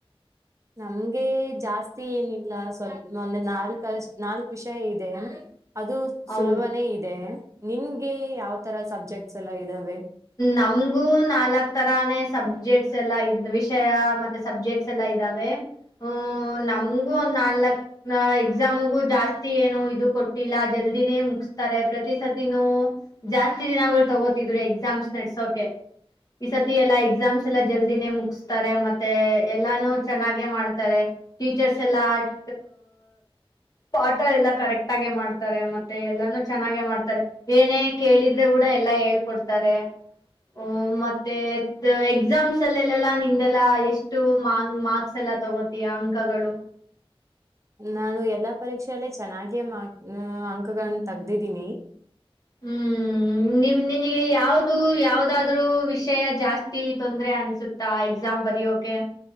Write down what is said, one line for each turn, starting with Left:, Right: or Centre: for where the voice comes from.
Right: ನಮ್ಗೆ ಜಾಸ್ತಿ ಏನಿಲ್ಲ ಸ್ವಲ್ಪ ಒಂದು ನಾಲ್ಕ ನಾಲ್ಕ್ ವಿಷ್ಯ ಇದೆ. ಅದು
Left: ಹೌದ್
Right: ಸುಲ್ಬನೆ ಇದೆ ನಿಮ್ಗೆ ಯಾವ ತರ ಸಬ್ಜೆಕ್ಟ್ಸ್ ಎಲ್ಲ ಇದ್ದಾವೆ.
Left: ನಮಗೂ ನಾಲ್ಕ್ ತರಾನೇ ಸಬ್ಜೆಕ್ಟ್ ಸ್ ವಿಷಯ ಮತ್ತೆ ಸಬ್ಜೆಕ್ಟ್ಸ್ ಎಲ್ಲ ಇದಾವೆ. ಹ್ಮ ನಮ್ಗು ಒಂದ್ ನಾಲ್ಕ್ ಎಕ್ಸಾಮ್ಗು ಜಾಸ್ತಿ ಏನು ಇದು ಕೊಟ್ಟಿಲ್ಲ ಜಲ್- ದಿನೆ ಮುಗ್ಸ್ತಾರೆ ಪ್ರತಿಸತಿನು ಜಾಸ್ ದಿನಗಳ್ ತಗೋತಿದ್ರು - ಸಮ್ಸ್ ನೆಡ್ಸೂಕೆ ಈ ಸತಿ ಎಲ್ಲಾ ಎಕ್ಸಾಮ್ಸ್ ಎಲ್ಲ ಜಲ್ದಿನೇ ಮುಗಸ್ತಾರೆ ಮತ್ತೆ ಎಲ್ಲಾನು ಚೆನ್ನಾಗೆ ಮಾಡ್ತಾರೆ. ಟೀಚರ್ಸ್ ಎಲ್ಲ ಆಟ್ ಪಾಠ ಎಲ್ಲ ಕರೆಕ್ಟ್ ಆಗೆ ಮಾಡ್ತಾರೆ ಮತ್ತೆ ಎಲ್ಲಾನು ಚೆನ್ನಾಗೆ ಮಾಡ್ತಾರೆ ಏನೇ ಕೇಳಿದ್ರೆ ಕೂಡ ಎಲ್ಲಾ ಹೇಳ್ಕೊಡ್ತಾರೆ ಹ ಮತ್ತೆ ಎಕ್ಸಾಮ್ಸ್ ಅಲ್ಲಲ್ಲೆಲ್ಲಾ ನಿಂದೆಲ್ಲಾ ಎಷ್ಟು ಮಾರ್ಕ್ಸ್ ಎಲ್ಲ ಎಲ್ಲ ತಗೋತಯ ಅಂಕಗಳು
Right: ನಾನು ಎಲ್ಲಾ ಪರೀಕ್ಷೆಯಲ್ಲೇ ಚೆನ್ನಾಗೇ ಅಂಕಗಳನ್ನ ತಗ್ದಿದ್ದೀನಿ
Left: ಹ್ಮ್ ನಿಮ್ ನಿನಗೆ ಯಾವ್ದ ಯಾವದಾದ್ ವಿಷಯ ವಿಷಯ ಜಾಸ್ತಿ ತೊಂದ್ರ ಅನ್ಸುತ್ತಾ ಎಕ್ಸಾಮ್ ಬರಯೋಕೆ